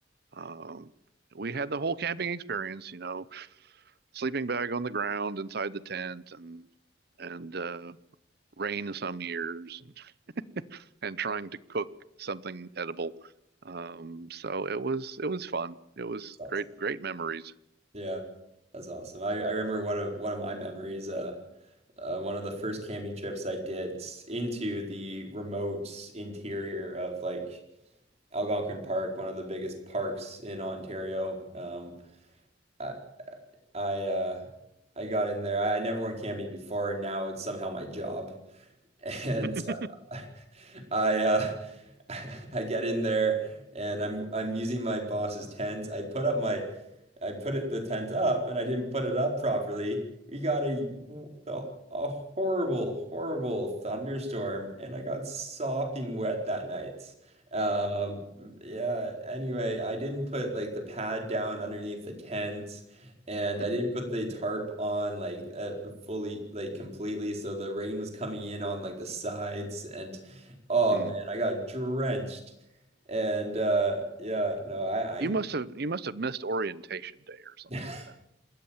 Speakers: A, on the right; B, on the right.
A: um, we had the whole camping experience. You know, sleeping bag on the ground inside the tent, and and uh, rain some years, and and trying to cook something edible. Um, so it was it was fun. It was
B: awesome.
A: great great memories.
B: Yeah, that's awesome. I, I remember one of one of my memories. Uh, uh, one of the first camping trips I did into the remote interior of like Algonquin Park, one of the biggest parks in Ontario. Um, I I uh, I got in there. I, I never went camping before, and now it's somehow my job. <laughs> And
A: <laughs>
B: uh, I uh, <laughs> I get in there, and I'm I'm using my boss's tent. I put up my I put it the tent up and I didn't put it up properly. We got a a horrible, horrible thunderstorm and I got sopping wet that night. Um, yeah, anyway, I didn't put like the pad down underneath the tent and
A: hmm
B: I didn't put the tarp on like uh, fully like completely so the rain was coming in on like the sides and oh
A: Mm.
B: man, I got drenched. And uh yeah, no, I
A: You
B: I
A: must have you must have missed orientation day or something
B: <laughs>
A: like that.